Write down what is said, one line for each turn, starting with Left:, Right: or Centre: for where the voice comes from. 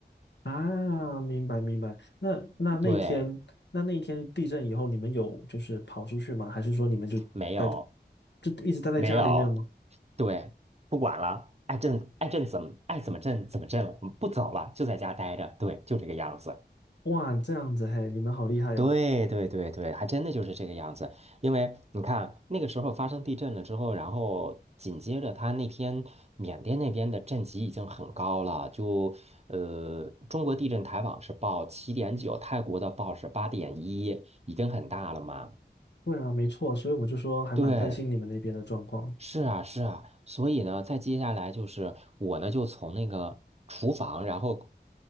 Left: 啊，明白明白。那那那天，
Right: 对，
Left: 那那一天地震以后，你们有就是跑出去吗？还是说你们就待在，
Right: 没有，
Left: 就一直待在家里面吗？
Right: 没有，对，不管了，爱震爱震怎么爱怎么震怎么震，我们不走了，就在家待着，对，就这个样子。
Left: 哇，这样子嘿，你们好厉害哦。
Right: 对对对对，还真的就是这个样子。因为你看，那个时候发生地震了之后，然后紧接着他那天缅甸那边的震级已经很高了，就呃，中国地震台网是报七点九，泰国的报是八点一，已经很大了嘛。
Left: 对啊，没错，所以我就说还蛮担心你们那边的状况。
Right: 对，是啊，是啊，所以呢，再接下来就是我呢，就从那个厨房，然后